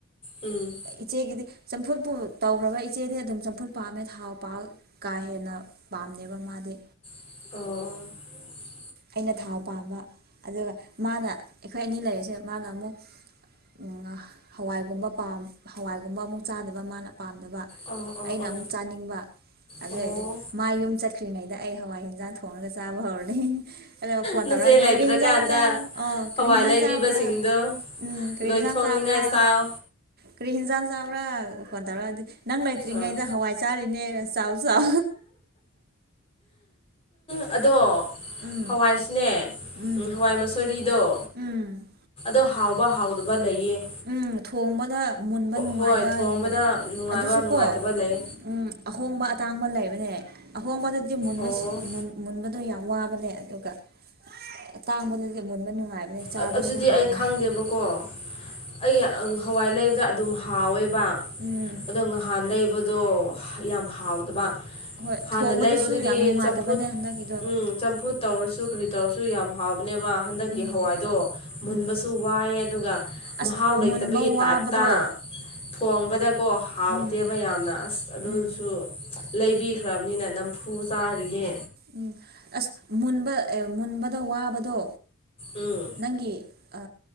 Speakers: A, on the left; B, on the right.
A: ꯎꯝ
B: ꯏꯆꯦꯒꯤꯗꯤ ꯆꯝꯐꯨꯠꯄꯨ ꯇꯧꯈ꯭ꯔꯕ ꯏꯆꯦꯗꯤ ꯑꯗꯨꯝ ꯆꯝꯐꯨꯠ ꯄꯥꯝꯃꯦ ꯊꯥꯎ ꯄꯥ ꯀꯥ ꯍꯦꯟꯅ ꯄꯥꯝꯅꯦꯕ ꯃꯥꯗꯤ
A: ꯑꯣ
B: ꯑꯩꯅ ꯊꯥꯎ ꯄꯥꯝꯕ ꯑꯗꯨꯒ ꯃꯥꯅ ꯑꯩꯈꯣꯏ ꯑꯅꯤ ꯂꯩꯔꯤꯁꯦ ꯃꯥꯅ ꯑꯃꯨꯛ ꯎꯝ ꯍꯋꯥꯏꯒꯨꯝꯕ ꯄꯥꯝ ꯍꯋꯥꯏꯒꯨꯝꯕ ꯑꯃꯨꯛ ꯆꯥꯗꯕ ꯃꯥꯅ ꯄꯥꯝꯗꯕ
A: ꯑꯣ ꯑꯣ
B: ꯑꯩꯅ
A: ꯑꯣ
B: ꯑꯃꯨꯛ ꯆꯥꯅꯤꯡꯕ ꯑꯗꯨ
A: ꯑꯣ
B: ꯑꯣꯏꯔꯗꯤ ꯃꯥꯏ ꯌꯨꯝ ꯆꯠ ꯈ꯭ꯔꯤꯉꯩꯗ ꯑꯩ ꯍꯋꯥꯏ ꯍꯦꯟꯖꯥꯡ ꯊꯣꯡꯉꯒ ꯆꯥꯕ ꯍꯧꯔꯅꯤ <unintelligible> ꯐꯣꯟ
A: ꯅꯆꯦ
B: ꯇꯧꯔꯅꯤ
A: ꯂꯩꯇ꯭ꯔꯀꯥꯟꯗ
B: ꯀꯔꯤ ꯍꯦꯟꯖꯥꯡ ꯆꯥꯕ ꯑ
A: ꯍꯋꯥꯏ
B: ꯀ꯭ꯔꯤꯟꯖꯥꯡ
A: ꯂꯩꯕꯤꯕꯁꯤꯡꯗꯣ
B: ꯆꯥꯕ꯭ꯔꯥ ꯎꯝ ꯀ꯭ꯔꯤꯟꯖꯥꯟ
A: ꯂꯣꯏꯊꯣꯛꯅꯤꯡꯉꯥꯏ
B: ꯆꯥꯕ꯭ꯔꯥ
A: ꯆꯥꯎ
B: ꯀ꯭ꯔꯤꯟ ꯍꯤꯟꯖꯥꯟ ꯆꯥꯕ꯭ꯔꯥ ꯐꯣꯟ ꯇꯧꯔꯗꯤ ꯅꯪ ꯂꯩꯇ꯭ꯔꯤꯉꯩꯗ
A: ꯑꯥ
B: ꯍꯋꯥꯏ ꯆꯥꯔꯤꯅꯦ ꯆꯥꯎ ꯆꯥꯎ
A: ꯑꯗꯣ
B: ꯎꯝ
A: ꯍꯋꯥꯏꯁꯨꯅꯦ
B: ꯎꯝ
A: ꯍꯋꯥꯏ ꯃꯁꯣꯔꯤꯗꯣ
B: ꯎꯝ
A: ꯗꯣ ꯍꯥꯎꯕ ꯍꯥꯎꯗꯕ ꯂꯩꯌꯦ
B: ꯎꯝ ꯊꯣꯡꯕꯗ ꯃꯨꯟꯕ ꯅꯨꯡꯉꯥꯏꯕ
A: ꯍꯣꯏ ꯊꯣꯡꯕꯗ ꯅꯨꯡꯉꯥꯏꯕ
B: ꯑꯗꯨꯁꯨꯀꯣ
A: ꯅꯨꯡꯉꯥꯏꯇꯕ ꯂꯩ
B: ꯎꯝ ꯍꯣꯡꯕ ꯑꯇꯥꯡꯕ ꯂꯩꯕꯅꯦ ꯑꯍꯣꯡꯕꯗꯗꯤ ꯃꯨꯟꯕꯁ
A: ꯑꯣ
B: ꯃꯨꯟꯕꯗꯣ ꯌꯥꯝ ꯋꯥꯕꯅꯦ ꯑꯗꯨꯒ ꯑꯇꯥꯡꯕꯗꯨꯗꯤ ꯃꯨꯟꯕ ꯅꯨꯡꯉꯥꯏꯕꯅꯦ ꯆꯥꯕꯁꯨ
A: ꯑ ꯑꯗꯨꯗꯤ
B: ꯍꯥꯎꯋꯦ
A: ꯑꯩ ꯈꯪꯗꯦꯕꯀꯣ ꯑꯩ ꯍꯋꯥꯏ ꯂꯩꯕꯗ ꯑꯗꯨꯝ ꯍꯥꯎꯋꯦꯕ
B: ꯎꯝ
A: ꯑꯗꯣ ꯉꯍꯥꯟ ꯂꯩꯕ ꯗꯣ ꯌꯥꯝ ꯍꯥꯎꯗꯕ
B: ꯍꯣꯏ
A: ꯍꯥꯟꯅ
B: ꯊꯣꯡꯕꯗꯁꯨ
A: ꯂꯩꯕꯗꯨꯗꯤ
B: ꯌꯥꯝ ꯅꯨꯡꯉꯥꯏꯇꯕꯅꯦ
A: ꯆꯝꯐꯨꯠ
B: ꯍꯟꯗꯛꯀꯤꯗꯣ
A: ꯎꯝ ꯆꯝꯐꯨꯠ ꯇꯧꯔꯁꯨ ꯀ꯭ꯔꯤ ꯇꯧꯔꯁꯨ ꯌꯥꯝ ꯍꯥꯎꯕꯅꯦꯕ ꯍꯟꯗꯛꯀꯤ
B: ꯎꯝ
A: ꯍꯋꯥꯏꯗꯣ ꯃꯨꯟꯕꯁꯨ
B: ꯎꯝ
A: ꯋꯥꯏꯌꯦ ꯑꯗꯨꯒ
B: ꯑꯁ
A: ꯃꯍꯥꯎ ꯂꯩꯇꯕꯒꯤ
B: ꯃꯨꯟꯕ ꯋꯥꯕꯗꯣ
A: ꯇꯥꯏꯞꯇ ꯊꯣꯡꯕꯗꯀꯣ ꯍꯥꯎꯇꯦꯕ
B: ꯎꯝ
A: ꯌꯥꯝꯅ ꯑꯁ ꯑꯗꯨꯁꯨ
B: ꯎꯝ
A: ꯂꯩꯕꯤꯈ꯭ꯔꯕꯅꯤꯅ ꯅꯝꯐꯨ ꯆꯥꯔꯤꯌꯦ
B: ꯎꯝ ꯑꯁ ꯃꯨꯟꯕ ꯑꯦ ꯃꯨꯟꯕꯗ ꯋꯥꯕꯗꯣ
A: ꯎꯝ
B: ꯅꯪꯒꯤ ꯑ